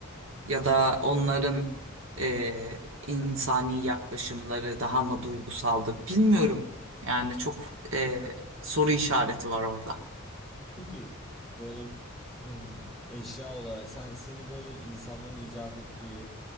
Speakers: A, on the right; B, in the centre.
A: ya da onların e, insani yaklaşımları daha mı duygusaldı bilmiyorum. Yani çok e, soru işareti var orada.
B: Peki böyle e, eşya olarak sen seni böyle insanların icat ettiği,